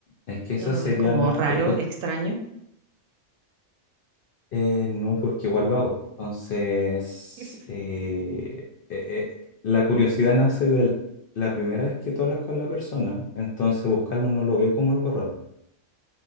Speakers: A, on the left; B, on the right.
A: Es que esa
B: ¿No lo
A: sería
B: ves como
A: la...
B: raro,
A: El jus-
B: extraño?
A: eh, no, porque igual lo hago. Entonces,
B: <laughs>
A: eh, eh, eh, la curiosidad nace de la primera vez que tú hablas con la persona, entonces buscarlo no lo veo como algo raro.